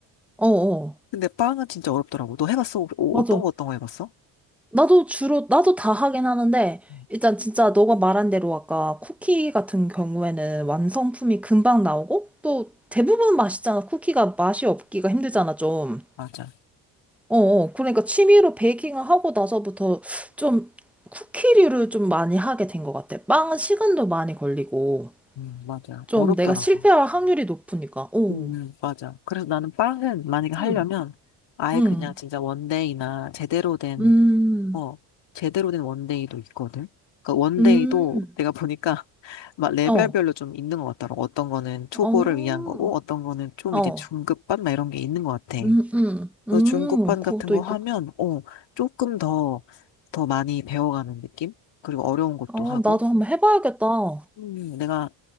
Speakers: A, in the centre; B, on the left.
A: 어, 어.
B: 근데 빵은 진짜 어렵더라고. 너 해봤어? 어,
A: 맞아.
B: 떤거 어떤 거 해봤어?
A: 나도 주로, 나도 다 하긴 하는데,
B: 음,
A: 일단 진짜 너가 말한 대로 아까 쿠키 같은 경우에는 완성품이 금방 나오고, 또 대부분 맛있잖아. 쿠키가 맛이 없기가 힘들잖아, 좀.
B: 맞아.
A: 어, 어. 그러니까 취미로 베이킹을 하고 나서부터 좀 쿠키류를 좀 많이 하게 된 것 같아. 빵은 시간도 많이 걸리고,
B: 음, 맞아.
A: 좀
B: 어렵더라고.
A: 내가 실패할 확률이 높으니까. 오,
B: 음, 음, 맞아. 그래서 나는 빵은 만약에 하려면
A: 음,
B: 아예
A: 음,
B: 그냥 진짜 원데이나 제대로 된
A: 음,
B: 어, 제대로 된 원데이도 있거든. 그러니까 원데이도
A: 음,
B: 내가 보니까 <laughs> 막 레벨별로
A: 어,
B: 좀 있는 것 같더라고. 어떤 거는 초보를
A: 어,
B: 위한 거고, 어떤 거는 좀
A: 어,
B: 이제 중급반 막 이런 게 있는 것 같아.
A: 음, 음,
B: 그
A: 음,
B: 중급반
A: 그것도
B: 같은 거
A: 있구나.
B: 하면, 어, 조금 더, 더 많이 배워가는 느낌? 그리고 어려운 것도
A: 어,
B: 하고.
A: 나도 한번 해봐야겠다.
B: 음, 내가